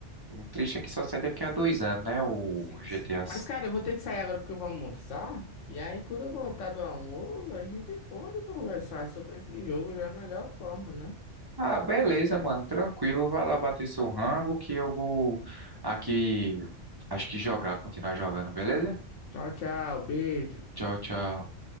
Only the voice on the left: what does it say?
Sim,
sim. Mas, cara, eu vou ter que sair agora porque eu vou almoçar. E aí, quando eu voltar do almoço, a gente pode conversar sobre esse jogo já é a melhor forma, né?
Tchau, tchau. Beijo.